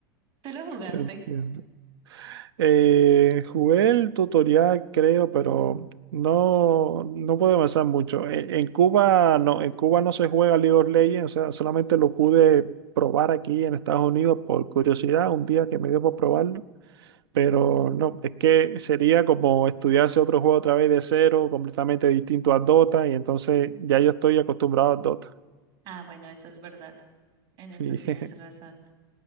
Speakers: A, on the right; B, on the right.
A: ¿Tú lo jugaste?
B: Entiendo. Eh, jugué el tutorial, creo, pero no, no pude avanzar mucho. E- En, Cuba no, en Cuba no se juega League of Legends, o sea, solamente lo pude probar aquí en Estados Unidos por curiosidad, un día que me dio por probarlo. Pero no, es que sería como estudiarse otro juego otra vez de cero, completamente distinto a Dota, y entonces ya yo estoy acostumbrado a Dota.
A: Ah, bueno, eso es verdad. En
B: Sí.
A: eso tienes
B: <laughs>
A: razón.